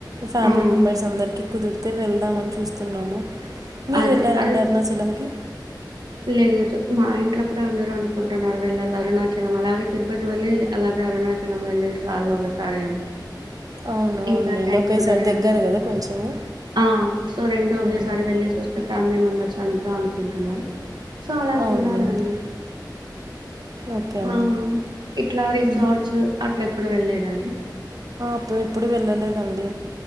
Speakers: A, on the right; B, on the right.
A: ఫ్యామిలీ
B: ఉమ్
A: మెంబర్స్ అందర్కి కుదుర్ తే వెళ్దామని చూస్తున్నాము మీరు
B: అదే
A: వెళ్ళారండి
B: అది
A: అరుణాచలంకి
B: లేదు మా ఇంట్లో కూడా అందరూ అనుకుంటున్నారు వెళ్ళాల అరుణాచలం అలాగే తిరుపతి వెళ్ళలి అలాగే అరుణాచలం వెళ్ళిసి రాళ్ళ ఒకసారి అని
A: అవును అవునులేండి
B: ఇంకా ట్యాంకు
A: ఒకేసారి
B: ధరడం
A: దగ్గర కదా కొంచెము
B: ఆ సో రెండు ఒకేసారి
A: ఉమ్,
B: వెళ్ళసి వస్తే ఫ్యాన్లీ మ అంతా అనుకుంటున్నారు చాలా
A: అవునులేండి
B: చూలాలండి
A: ఓకే అండి
B: ఆ ఇట్లా రిసార్ట్స్
A: ఉమ్,
B: అట్లా ఎప్పుడు వెళ్ళలేద అండి
A: ప్పు ఎప్పుడు వెళ్ళలేదండి